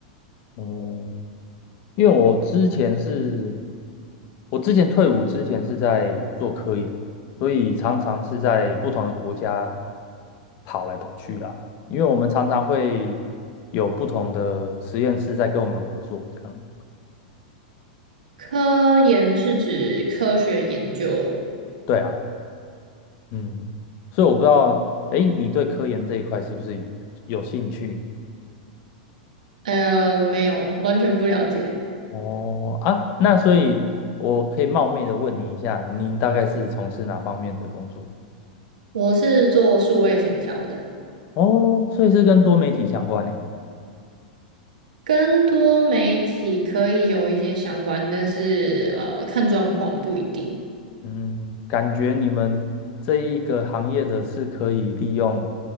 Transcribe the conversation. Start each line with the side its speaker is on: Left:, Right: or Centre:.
Left: 嗯，因为我之前是，我之前退伍之前是在做科研的，所以常常是在不同的国家跑来跑去啦。因为我们常常会有不同的实验室在跟我们合作，这样。
Right: 科研是指科学研究，
Left: 对啊。嗯，所以我不知道，哎，你对科研这一块是不是有兴趣？
Right: 呃，没有，完全不了解。
Left: 哦，啊，那所以我可以冒昧的问你一下，您大概是从事哪方面的工作？
Right: 我是做数位行销的，
Left: 哦，所以是跟多媒体相关呢。
Right: 跟多媒体可以有一些相关，但是呃，看状况不一定。
Left: 嗯，感觉你们这一个行业的是可以利用